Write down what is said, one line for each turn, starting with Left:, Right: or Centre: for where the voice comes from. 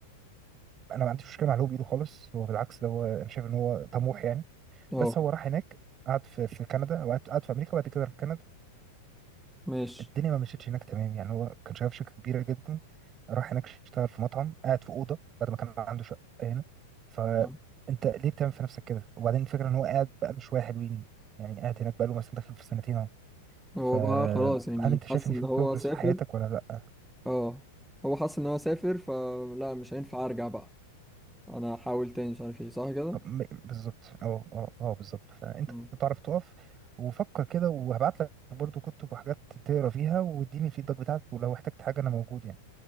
Right: فأنا ما عنديش مشكلة مع اللي هو بيقوله خالص هو بالعكس ده هو أنا شايف إن هو طموح يعني
Centre: اه
Right: بس هو راح هناك قعد في في كندا وقعد قعد في أمريكا وبعد كده راح كندا
Centre: ماشي
Right: الدنيا ما مشيتش هناك تمام يعني هو كان شغال في شركة كبيرة جدا راح هناك اشتغل في مطعم قاعد في أوضة بعد ما كان عنده شقة هنا فأنت
Centre: آه.
Right: ليه بتعمل في نفسك كده وبعدين الفكرة إن هو قاعد بقاله شوية حلوين يعني قاعد هناك بقاله مثلا داخل في سنتين أهو
Centre: هو
Right: فهل
Centre: بقى خلاص يعني
Right: أنت شايف
Centre: حس
Right: إن
Centre: ان
Right: في
Centre: هو
Right: بروجرس
Centre: سافر
Right: في حياتك ولا لأ
Centre: اه هو حس ان هو سافر فلا مش هينفع ارجع بقى انا هحاول تاني مش عارف ايه صح كده
Right: م- بالظبط أه أه أه بالظبط فأنت
Centre: مم.
Right: تعرف تقف وفكر كده وهبعت لك برضو كتب وحاجات تقرا فيها واديني الفيدباك بتاعك ولو احتجت حاجة أنا موجود يعني